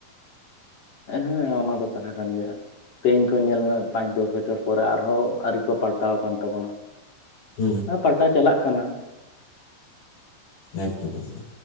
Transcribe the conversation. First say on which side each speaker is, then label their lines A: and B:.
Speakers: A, on the left; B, on the left.
A: ᱦᱮᱸ ᱚᱱᱟ ᱫᱚ ᱠᱟᱛᱷᱟ ᱠᱟᱱ ᱜᱮᱭᱟ ᱛᱮᱦᱮᱧ ᱠᱚ ᱧᱮᱞ ᱢᱮᱼᱼ ᱯᱟᱸᱪ ᱫᱚᱥ ᱵᱚᱪᱷᱚᱨ ᱯᱚᱨᱮ ᱟᱨᱦᱚᱸ ᱟᱹᱨᱤ ᱠᱚ ᱯᱟᱞᱴᱟᱣ ᱟᱠᱟᱱ ᱛᱟᱵᱚᱱᱟ
B: ᱦᱩᱸ
A: ᱚᱱᱟ ᱯᱟᱞᱴᱟᱶ ᱪᱟᱞᱟᱜ ᱠᱟᱱᱟ᱾
B: ᱮᱠᱫᱚᱢ ᱮᱠᱫᱚᱢ